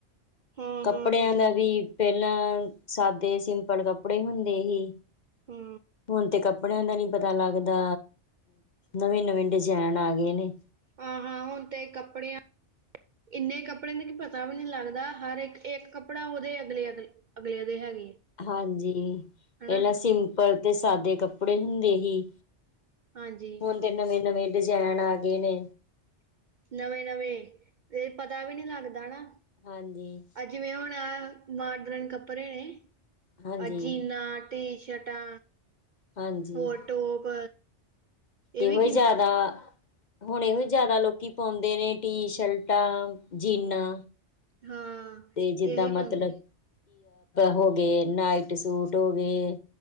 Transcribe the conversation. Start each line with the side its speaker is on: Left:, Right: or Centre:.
Right: ਹਾਂ
Left: ਕੱਪੜਿਆਂ
Right: ਹਾਂ ਬਦਲ
Left: ਦਾ ਵੀ ਪਹਿਲਾਂ, ਸਾਦੇ-ਸਿੰਪਲ ਕੱਪੜੇ ਹੁੰਦੇ ਹੀ
Right: ਹਾਂ
Left: ਹੁਣ ਤੇ ਕੱਪੜਿਆਂ ਦਾ ਨੀ ਪਤਾ ਲੱਗਦਾ ਨਵੇਂ-ਨਵੇਂ ਡਿਜ਼ਾਇਨ ਆ ਗਏ ਨੇ।
Right: ਆ, ਹਾਂ, ਹੁਣ ਤੇ ਕੱਪੜਿਆਂ ਇੰਨੇ ਕੱਪੜੇ ਨੇ ਕੀ ਪਤਾ ਵੀ ਨਹੀਂ ਲੱਗਦਾ, ਹਰ ਇੱਕ-ਇੱਕ ਕੱਪੜਾ, ਉਹਦੇ ਅਗਲੇ-ਅਗਲੇ। ਅਗਲਿਆ ਦੇ ਹੈਗੇ ਆ।
Left: ਹਾਂਜੀ,
Right: ਹਨਾ
Left: ਪਹਿਲਾਂ ਸਿੰਪਲ ਤੇ ਸਾਦੇ ਕੱਪੜੇ ਹੁੰਦੇ ਹੀ
Right: ਹਾਂਜੀ।
Left: ਹੁਣ ਤੇ, ਨਵੇਂ-ਨਵੇਂ ਡਿਜ਼ਾਇਨ ਆ ਗਏ ਨੇ
Right: ਨਵੇਂ-ਨਵੇਂ ਇਹ ਪਤਾ ਵੀ ਨੀ ਲੱਗਦਾ ਨਾ,
Left: ਹਾਂਜੀ
Right: ਹਨਾ। ਜਿਵੇਂ ਹੁਣ ਮਾਡਰਨ ਕੱਪੜੇ ਨੇ,
Left: ਹਾਂਜੀ
Right: ਅ ਜੀੰਨਾ ਟੀ-ਸ਼ਰਟਾ,
Left: ਹਾਂਜੀ
Right: ਹੋਰ ਟੋਪ ਇਹ
Left: ਇਹੋ
Right: ਵੀ
Left: ਹੀ
Right: ਕਿੰਨੇ
Left: ਜਿਆਦਾ, ਹੁਣ ਇਹੋ ਹੀ ਜਿਆਦਾ ਲੋਕੀ ਪਾਉਂਦੇ ਨੇ। ਟੀ-ਸ਼ਰਟਾ, ਜੀਨਾਂ
Right: ਹਾਂ
Left: ਤੇ ਜਿੱਦਾਂ
Right: ਇਹੀ
Left: ਮਤਲਬ
Right: ਪਾਉਂਦੇ।
Left: ਹੋ ਗਏ, ਨਾਈਟ-ਸੂਟ ਹੋ ਗਏ‌